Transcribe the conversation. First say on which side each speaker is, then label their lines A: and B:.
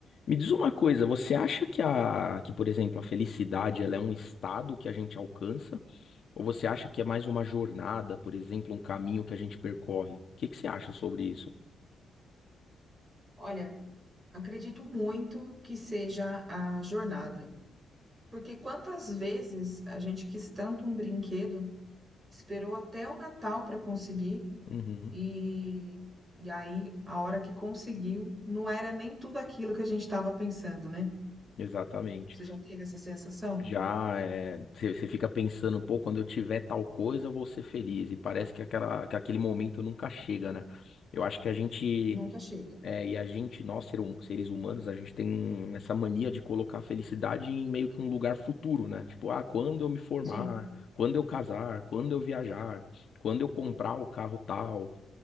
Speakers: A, on the left; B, on the right.
A: Me diz uma coisa, você acha que a, que, por exemplo, a felicidade ela é um estado que a gente alcança? Ou você acha que é mais uma jornada, por exemplo, um caminho que a gente percorre? O que que você acha sobre isso?
B: Olha, acredito muito que seja a jornada, porque quantas vezes a gente quis tanto um brinquedo, esperou até o Natal para conseguir
A: Uhum,
B: e, e aí a hora que conseguiu não era nem tudo aquilo que a gente estava pensando, né?
A: exatamente.
B: Você já teve essa sensação?
A: Já é, você você fica pensando, pô, quando eu tiver tal coisa, eu vou ser feliz. E parece que aquela, que aquele momento nunca chega, né? Eu acho que a gente
B: Nunca chega.
A: É, e a gente, nós, ser hum- seres humanos, a gente tem essa mania de colocar a felicidade em meio que um lugar futuro, né? Tipo, ah, quando eu me formar,
B: Sim,
A: quando eu casar, quando eu viajar, quando eu comprar o carro tal.